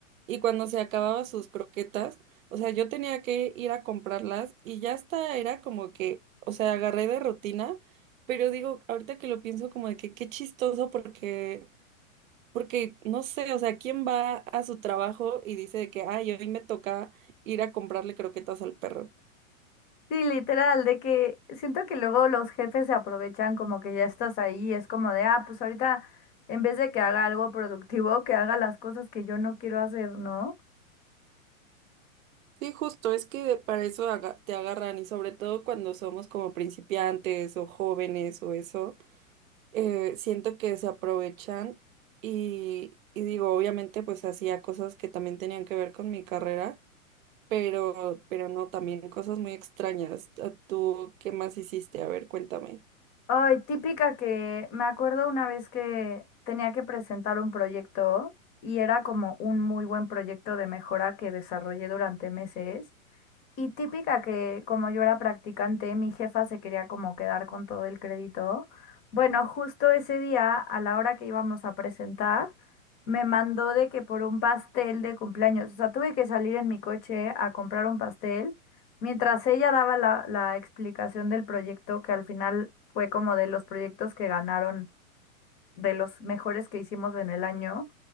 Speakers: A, on the right (about 70°); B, on the left (about 25°).
A: y cuando se acababa sus croquetas, o sea, yo tenía que ir a comprarlas y ya hasta era como que, o sea, agarré de rutina, pero digo, ahorita que lo pienso como de que qué chistoso porque porque no sé, o sea, ¿quién va a su trabajo y dice de que, ay, hoy me toca ir a comprarle croquetas al perro?
B: Sí, literal, de que siento que luego los jefes se aprovechan como que ya estás ahí, es como de, ah, pues ahorita en vez de que haga algo productivo, que haga las cosas que yo no quiero hacer, ¿no?
A: Sí, justo, es que para eso aga- te agarran y sobre todo cuando somos como principiantes o jóvenes o eso, eh, siento que se aprovechan y, y digo, obviamente pues hacía cosas que también tenían que ver con mi carrera, pero, pero no, también cosas muy extrañas. ¿Tú qué más hiciste? A ver, cuéntame.
B: Ay, típica que me acuerdo una vez que tenía que presentar un proyecto y era como un muy buen proyecto de mejora que desarrollé durante meses. Y típica que como yo era practicante, mi jefa se quería como quedar con todo el crédito. Bueno, justo ese día, a la hora que íbamos a presentar, me mandó de que por un pastel de cumpleaños, o sea, tuve que salir en mi coche a comprar un pastel, mientras ella daba la, la explicación del proyecto, que al final fue como de los proyectos que ganaron, de los mejores que hicimos en el año.